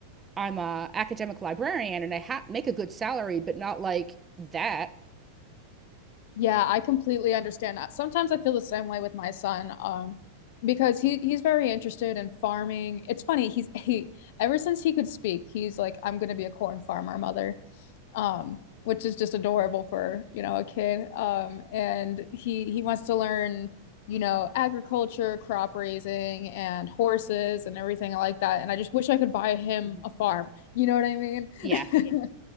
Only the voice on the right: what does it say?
I'm a academic librarian and I ha- make a good salary, but not like that.
Mm-hmm.
Yeah,